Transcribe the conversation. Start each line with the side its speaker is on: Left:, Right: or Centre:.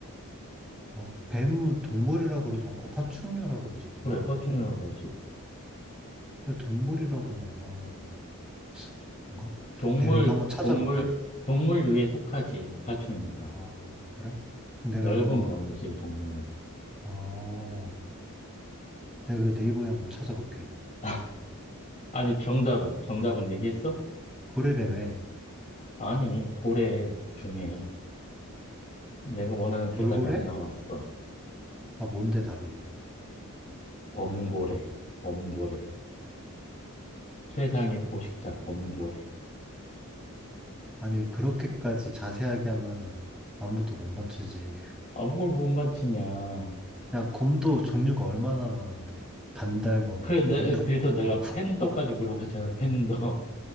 Centre: 어, 뱀은 동물이라고 그러지 않고 파충류라고 그러지 않나?
Left: 그래, 파충류라고 그러지.
Centre: 왜 동물이라고는 안 하잖아. 뭔가?
Left: 동물,
Centre: 내가 이거 한번 찾아볼게.
Left: 동물, 동물류에 속하지, 파충류가.
Centre: 아, 아, 그래? 그럼 내가
Left: 넓은
Centre: 이거 한번,
Left: 범위지, 동물은.
Centre: 어, 내가 이거 네이버에 한번 찾아볼게.
Left: <laughs> 아니, 정답은, 정답은 얘기했어?
Centre: 고래래며.
Left: 아니, 고래 중에 내가 원하는 대답이
Centre: 돌고래?
Left: 안 나왔어.
Centre: 아, 뭔데 답이?
Left: 범고래, 범고래. 세상의 포식자 범고래.
Centre: 아니, 그렇게까지 자세하게 하면은 아무도 못 맞추지.
Left: 아, 뭘 못 맞히냐.
Centre: 야, 곰도 종류가 얼마나 많은데. 반달곰,
Left: 그래, 내,
Centre: 음, 북곰,
Left: 그래서 내가
Centre: 흑곰.
Left: 팬더까지 물어봤잖아, 팬더.